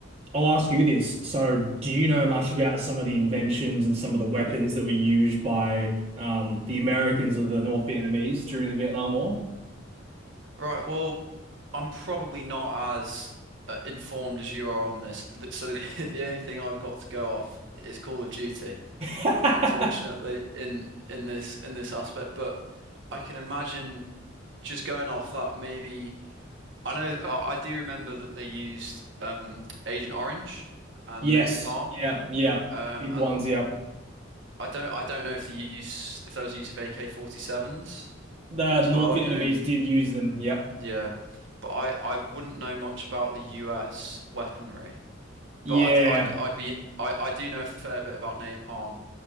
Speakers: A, on the right; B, on the right.
A: I'll ask you this. So, do you know much about some of the inventions and some of the weapons that were used by um, the Americans or the North Vietnamese during the Vietnam War?
B: Right. Well, I'm probably not as uh, informed as you are on this. Th- So the, <laughs> the only thing I've got to go off is Call of Duty,
A: <laughs>
B: unfortunately, in in this in this aspect. But I can imagine just going off that maybe. I know, I I do remember that they used um, Agent Orange and
A: Yes.
B: Napalm,
A: Yeah. Yeah.
B: um,
A: Big
B: and
A: ones. Yep.
B: I don't, I don't know if the use, if there was a use of AK-47s
A: The
B: as
A: North
B: well. I
A: Vietnamese
B: can only,
A: did use them. Yep.
B: yeah, but I, I wouldn't know much about the US weaponry,
A: Yeah.
B: but I'd, I'd, I'd be, I, I do know a fair bit about Napalm